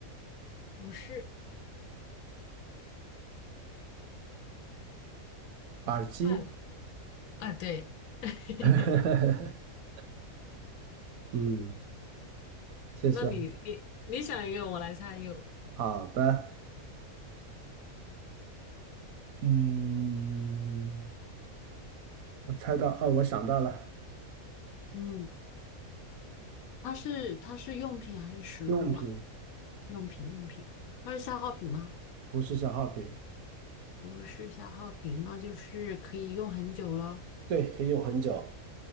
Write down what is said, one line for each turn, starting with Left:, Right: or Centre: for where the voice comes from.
Left: 不是，
Right: 耳机，
Left: 快了。啊，对，<laughs>
Right: <laughs> 嗯，谢谢。
Left: 那你你你想一个，我来猜一个。
Right: 好的，嗯，我猜到，哦，我想到了，
Left: 嗯，它是它是用品还是食物啊？
Right: 用品
Left: 用品用品，它是消耗品吗？
Right: 不是消耗品，
Left: 不是消耗品，那就是可以用很久咯。
Right: 对，可以用很久，